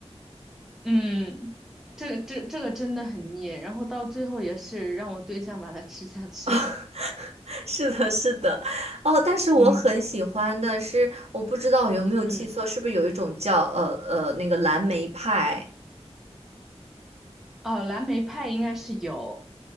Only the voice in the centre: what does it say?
嗯，这个这这个真的很腻，然后到最后也是让我对象把它吃下去了。
<laughs> 嗯
嗯，
哦，蓝莓派应该是有。